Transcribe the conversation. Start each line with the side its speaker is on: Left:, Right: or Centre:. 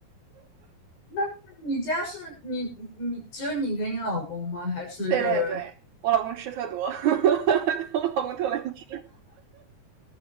Left: 那你家是你你你只有你跟你老公吗？还是？
Right: <laughs> 对对对，我老公吃特多，<laughs> 我老公特能吃。